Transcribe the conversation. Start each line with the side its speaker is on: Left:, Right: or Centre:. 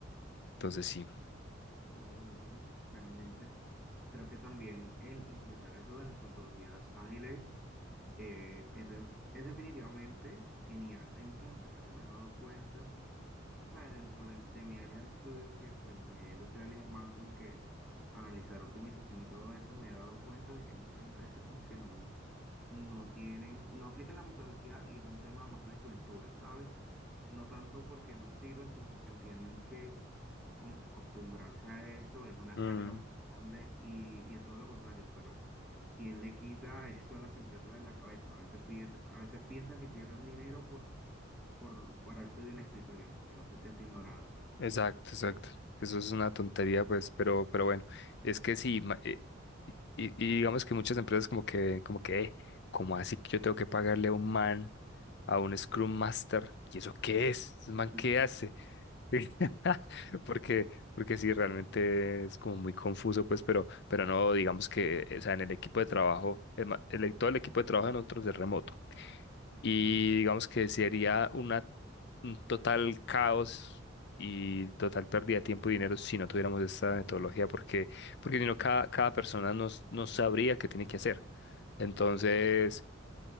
Left: Entonces, sí.
Centre: No, buenísimo, realmente. Creo que también el implementar eso de las metodologías ágiles eh, es, de- es definitivamente genial. Hay muchas empresas que me he dado cuenta, o sea, dentro de, de mi área de estudio, que pues la ingeniería industrial y demás, como que analizar optimización y todo eso, me he dado cuenta de que muchas empresas como que no, no tienen, no aplican la metodología y es un tema más de cultura, ¿sabes? No tanto porque no sirvan, sino porque entienden que como que acostumbrarse a eso es una
Left: Mm.
Centre: carga más grande y, y es todo lo contrario, pero ¿quién le quita eso a las empresas de la cabeza? A veces pier- a veces piensan que pierden dinero por, por pararse de un escritorio, aunque no se esté haciendo nada.
Left: Exacto, exacto. Eso es una tontería, pues, pero, pero bueno, es que sí, ma- eh, y, y- y digamos que muchas empresas como que, como que, eh, ¿cómo así que yo tengo que pagarle a un man, a un Scrum Master? ¿Y eso qué es? ¿Un
Centre: Ujú.
Left: man qué hace? <laughs> Porque, porque sí, realmente es como muy confuso, pues, pero, pero no, digamos que, o sea, en el equipo de trabajo, el ma- el- todo el equipo de trabajo de nosotros es remoto y digamos que sería una, un total caos y total pérdida de tiempo y dinero si no tuviéramos esta metodología, porque, porque si no, cada, cada persona no, s- no sabría qué tiene que hacer. Entonces,